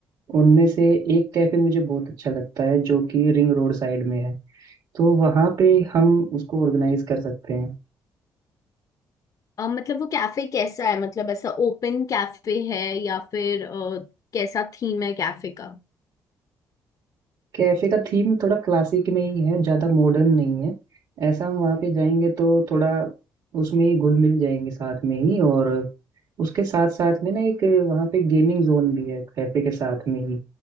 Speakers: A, on the right; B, on the left.
A: उनमें से एक कैफे मुझे बहुत अच्छा लगता है जो कि रिंग रोड साइड में है तो वहाँ पे हम उसको ऑर्गेनाइज कर सकते हैं
B: अ, मतलब वो कैफे कैसा है मतलब ऐसा ओपन कैफे है या फिर अ, कैसा थीम है कैफे का
A: कैफे का थीम थोड़ा क्लासिक में ही है ज़्यादा मॉडर्न नहीं है ऐसा हम वहाँ पे जाएंगे तो थोड़ा उसमें ही घुल मिल जाएंगे साथ में ही और उसके साथ साथ में ना एक वहाँ पे गेमिंग जोन भी है कैफे के साथ में ही